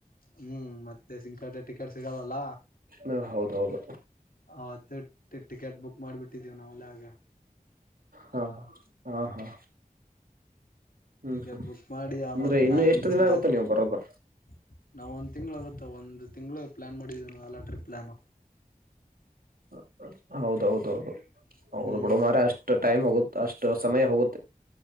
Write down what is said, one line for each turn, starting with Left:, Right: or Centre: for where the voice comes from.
Left: ಹ್ಮ್ ಮತ್ತೆ ಸಿಂಕಟೆ ಟಿಕೆಟ್ ಸಿಗಲ್ಲಲ್ಲ
Right: ಹ ಹೌದೌದು
Left: ಅವತ್ತು ಟಿಕೆಟ್ ಬುಕ್ ಮಾಡಿಬಿಟ್ಟಿದ್ದೀವಿ ನಾವಲ್ಲ ಹಾಗ
Right: ಹ ಹಾ -ಹಾ
Left: <inaudible>
Right: ಹ್ಮ್
Left: ಟಿಕೆಟ್
Right: ಹ್ಮ್
Left: ಬುಕ್ ಮಾಡಿ ಆ
Right: ಅಂದ್ರೆ
Left: ಮತ್
Right: ಇನ್ನು
Left: ಮ ಒಂದ
Right: ಎಷ್ಟು
Left: ದಿವ
Right: ದಿನ
Left: ಮ್ಯಾಚ್
Right: ಆಗುತ್ತೆ ನೀವು ಬರೋದು
Left: <inaudible> ನಾವ್ ಒಂದ್ ತಿಂಗಳ ಮತ್ತು ಒಂದು ತಿಂಗಳು ಪ್ಲ್ಯಾನ್ ಮಾಡಿದ್ದೀ ನ ಎಲ್ಲ ಟ್ರಿಪ್ ಪ್ಲ್ಯಾನು
Right: ಹ ಹೌದೌದ ಹೌದು ಹೌದು
Left: ಹ್ಮ್
Right: ಬುಡ ಮಾರ ಅಷ್ಟ ಟೈಮ್ ಹೋಗುತ್ತ ಅಷ್ಟು ಸಮಯ ಹೋಗು